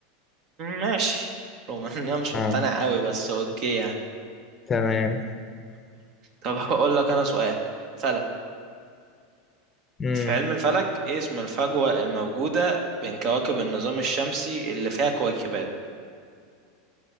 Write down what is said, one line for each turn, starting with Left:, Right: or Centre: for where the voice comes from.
Right: ماشي رغم ان انا مش
Left: اه
Right: مقتنع قوي بس اوكي يعني
Left: تمام
Right: طب هقول لك انا سؤال فلك
Left: امم
Right: في علم الفلك ايه اسم الفجوه الموجوده بين كواكب النظام الشمسي اللي فيها كويكبات